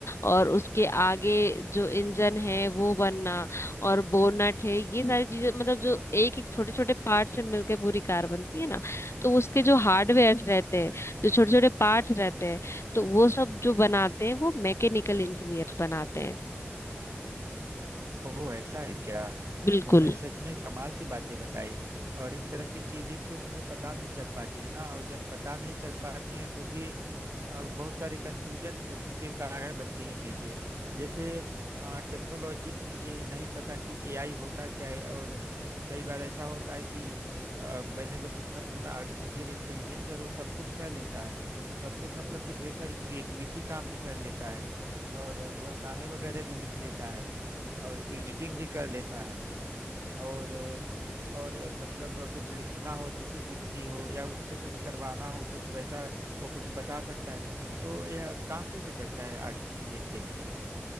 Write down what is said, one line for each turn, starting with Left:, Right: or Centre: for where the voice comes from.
Left: और उसके आगे जो इंजन है वो बनना और बोनट है ये सारी चीजें मतलब जो एक एक छोटे छोटे पार्ट से मिलकर पूरी कार बनती है ना तो उसके जो हार्डवेयर रहते हैं जो छोटे छोटे पार्ट्स रहते हैं तो वो सब जो बनाते हैं वो मैकेनिकल इंजीनियर बनाते हैं
Right: ओह ऐसा है क्या
Left: बिल्कुल
Right: तुमने सच में कमाल की बातें बताई और इस तरह की चीजें तो मुझे पता नहीं चल पाती है ना और जब पता नहीं चल पाती हैं तो भी अ, बहुत सारे कंफ्यूजन के कारण बनती हैं चीजें जैसे टेक्नोलॉजी में मुझे नहीं पता कि एआई होता क्या है और कई बार ऐसा होता है कि अ, मैंने बस इतना सुना आर्टिफिशियल इंटेलिजेंस और वो सब कुछ कर लेता है सब कुछ मतलब कि ढेर सारी क्रिएटिविटी काम भी कर लेता है और वह गाने वगैरह भी लिख लेता है और एडिटिंग भी कर लेता है और और मतलब कुछ लिखना हो थीसिस लिखनी हो या उससे कुछ करवाना हो कुछ वैसा वो कुछ बता सकता है तो यह काम कैसे करता है आर्टिफिशियल इंटेलिजेंस